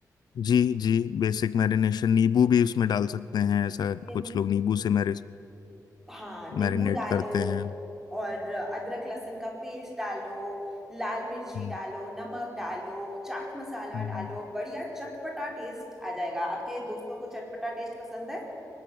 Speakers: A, on the left; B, in the centre.
A: जी जी बेसिक मैरिनेशन नींबू भी उसमें डाल सकते हैं ऐसा
B: निम
A: कुछ लोग नींबू से मैरि
B: हाँ नींबू
A: मैरिनेट
B: डालो
A: करते हैं
B: और अदरक लहसुन का पेस्ट डालो लाल मिर्ची
A: हम्म,
B: डालो नमक डालो चाट मसाला
A: हम्म।
B: डालो बढ़िया चटपटा टेस्ट आ जाएगा आपके दोस्तों को चटपटा टेस्ट पसंद है